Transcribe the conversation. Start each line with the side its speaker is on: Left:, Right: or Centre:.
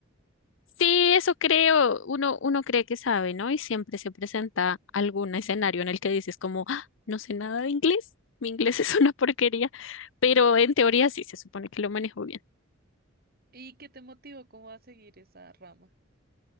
Left: Sí, eso creo. Uno, uno cree que sabe, ¿no? Y siempre se presenta algún escenario en el que dices como, "Ah, no sé nada de inglés. Mi inglés <laughs> es una porquería. Pero en teoría sí se supone que lo manejo bien.
Right: <laughs> ¿Y qué te motivó como a seguir esa rama?